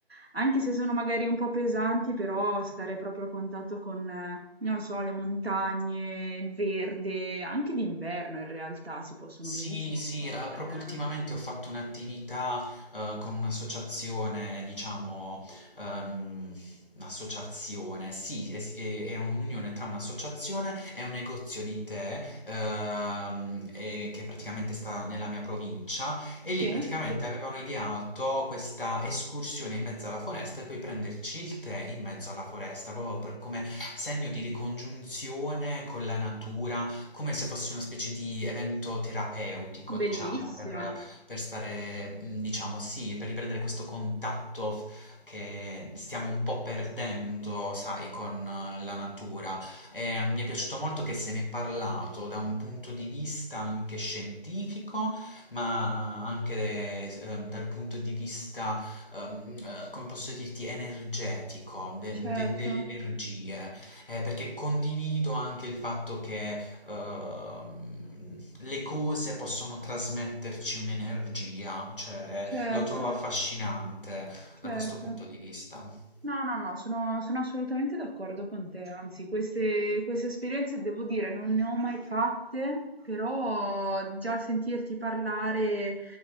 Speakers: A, on the right; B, on the left.
A: anche se sono magari un po' pesanti, però stare proprio a contatto con, eh, non lo so, le montagne, il verde, anche d'inverno in realtà si possono
B: Sì,
A: benissimo
B: sì,
A: fare.
B: eh, proprio
A: eh.
B: ultimamente ho fatto un'attività eh, con un'associazione, diciamo, ehm, un'associazione, sì, es- è, è un'unione tra un'associazione e un negozio di tè ehm, e- che praticamente sta nella mia provincia e
A: Sì,
B: lì praticamente avevano ideato questa escursione in mezzo alla foresta e poi prenderci il tè in mezzo alla foresta, proprio per- come segno di ricongiunzione con la natura come se fosse una specie di evento terapeutico,
A: bellissimo,
B: diciamo, per per stare, mhmm, diciamo sì, per riprendere questo contatto f che stiamo un po' perdendo, sai, con eh, la natura. Ehm, mi è piaciuto molto che se n'è parlato da un punto di vista anche scientifico, ma anche s ehm, dal punto di vista, ehm, eh, come posso dirti, energetico, de
A: certo,
B: de delle energie eh, perché condivido anche il fatto che ehm, le cose possono trasmetterci un'energia, cioè
A: certo.
B: la trovo affascinante
A: Certo.
B: da questo punto di vista.
A: No, no, no, sono sono assolutamente d'accordo con te. Anzi, queste queste esperienze, devo dire, non ne ho mai fatte, però già sentirti parlare